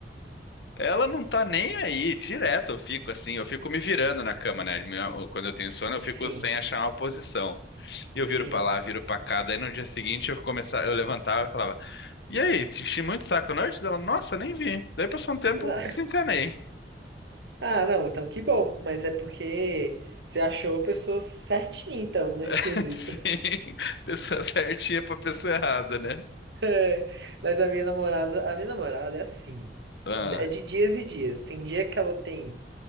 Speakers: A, on the left; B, on the right.
A: Ela não tá nem aí, direto eu fico assim, eu fico me virando na cama, né? Minha- Quando eu tenho sono, eu
B: <laughs> sim,
A: fico sem achar uma posição. E eu
B: sim.
A: viro para lá, viro para cá, daí no dia seguinte eu começava, eu levantava e falava E aí, te enchi muito o saco norte dela? Nossa, nem vi. Daí passou um tempo,
B: Ah,
A: eu desencanei.
B: ah, não, então que bom, mas é porque você achou a pessoa certinha, então, nesse
A: <laughs>
B: quesito.
A: Sim,
B: <laughs>
A: pessoa certinha pra pessoa errada, né?
B: É, Mas a minha namorada, a minha namorada é assim.
A: Ah,
B: É de dias e dias. Tem dia que ela tem